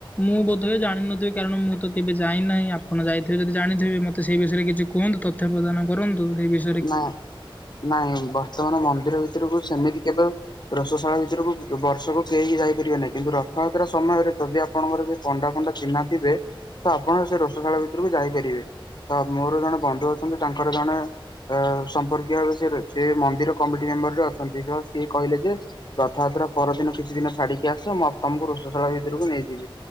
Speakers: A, on the left (about 15°); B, on the left (about 50°).
A: ମୁଁ ବୋଧ ହୁଏ ଜାଣିନଥିବି, କାରଣ ମୁଁ ତ କେବେ ଯାଇ ନାହିଁ, ଆପଣ ଯାଇଥିବେ ଯଦି ଜାଣିଥିବେ, ମତେ ସେଇ ବିଷୟରେ କିଛି କୁହନ୍ତୁ ତଥ୍ୟ ପ୍ରଦାନ କରନ୍ତୁ, ସେଇ ବିଷୟ
B: ନା, ନା, ବର୍ତ୍ତମାନ ମନ୍ଦିର ଭିତରକୁ ସେମିତି କେବେ ରସଶାଳ ଭିତରକୁ ବର୍ଷକୁ କେହି ଯାଇପାରିବେ ନାହିଁ କିନ୍ତୁ ରଥଯାତ୍ରା ସମୟରେ ଯଦି ଆପଣଙ୍କର ଯ ପଣ୍ଡା ଫଣ୍ଡା ଚିହ୍ନା ଥିବେ, ତ ଆପଣ ସେ ରସଶାଳ ଭିତରକୁ ଯାଇପାରିବେ। ତ ମୋର ଜଣେ ବନ୍ଧୁ ଅଛନ୍ତି ତାଙ୍କର ଜଣେ ଅ ସମ୍ପର୍କୀୟ ଭାବେ ସେ ସେ ମନ୍ଦିର କମିଟି ମେମ୍ବର ରେ ଅଛନ୍ତି ସହ ସିଏ କହିଲେ ଯେ ରଥଯାତ୍ରା ପରଦିନ କିଛି ଦିନ ଛାଡିକି ଆସ, ମୁ ତମକୁ ରୋଷସାଳା ଭିତରକୁ ନେଇଯିବି।